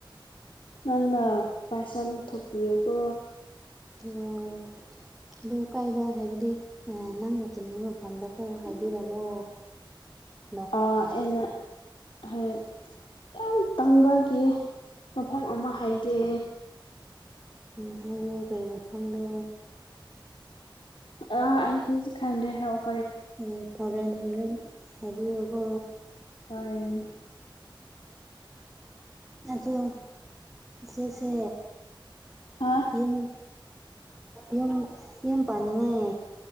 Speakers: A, on the left; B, in the centre.
A: ꯅꯪꯅ ꯄꯩꯁꯥ ꯂꯧꯊꯣꯛꯄꯤꯌꯨꯀꯣ
B: ꯂꫭ ꯑꯗꫭ ꯀꯥꯏꯗ ꯍꯥꯏꯕꯗꯤ ꯅꯪꯅ ꯆꯠꯅꯤꯡꯕ ꯃꯐꯝꯗ ꯀꯣ ꯍꯥꯏꯕꯤꯔꯝꯃꯣ ꯑꯗꯨ
A: ꯑꯩꯅ ꯍꯥꯏ ꯌꯥꯝ ꯇꯥꯡꯕꯒꯤ ꯃꯐꯝ ꯑꯃ ꯍꯥꯏꯒꯦ
B: ꯍ ꯔꯤ ꯃꯐꯝꯐꯝꯗꯣ
A: ꯑꯥ ꯑꯩ ꯍꯧꯖꯤꯁ ꯈꯪꯗ꯭ꯔꯦ ꯍꯥꯏꯔꯑꯣ
B: ꯑꯣ ꯍꯣꯔꯦꯟ ꯍꯣꯔꯦꯟ ꯍꯥꯏꯕꯤꯌꯨꯀꯣ
A: ꯍꯣꯏ
B: ꯑꯗꯣ ꯏꯆꯦꯁꯦ
A: ꯍꯥꯐ
B: ꯌꯨꯝ ꯌꯨꯝ ꯌꯨꯝ ꯄꯥꯅꯤꯡꯉꯥꯏ